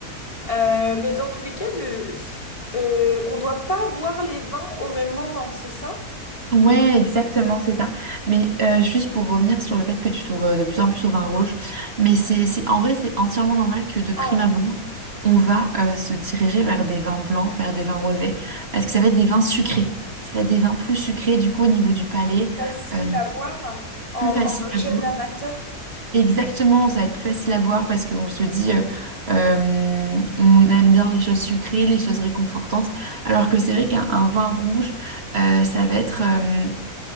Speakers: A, on the left; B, on the right.
A: Euh, mais dans tous les cas, euh, s- euh, on doit pas boire les vins au même moment, c'est ça?
B: Ouais, exactement, c'est ça. Mais euh, juste pour revenir sur le fait que tu tournes euh, de plus en plus au vin rouge, mais c'est, c'est, en vrai, c'est entièrement normal que de prime
A: Ah,
B: abord, on va euh, se diriger vers des vins blancs, vers des vins rosés, parce que ça va être des vins sucrés. Ça va être des vins plus sucrés, du coup, au niveau du palais,
A: facile
B: euh,
A: à boire en,
B: plus facile
A: en jeune
B: à boire.
A: amateur.
B: Exactement, ça va être plus facile à boire parce qu'on se dit, euh, euh, on aime bien les choses sucrées, les choses réconfortantes, alors que c'est vrai qu'un un vin rouge, euh, ça va être euh,